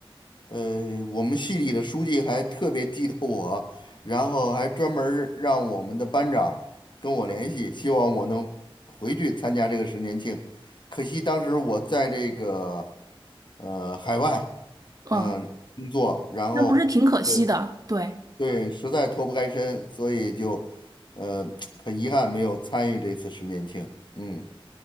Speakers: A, on the left (about 55°); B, on the right (about 40°).
A: 呃，我们系里的书记还特别记得我，然后还专门儿让我们的班长跟我联系，希望我能回去参加这个十年庆。可惜当时我在这个呃海外
B: 哦，
A: 嗯、呃工作，然后就
B: 那不是挺可惜的，对。
A: 对实在脱不开身，所以就呃很遗憾没有参与这次十年庆。嗯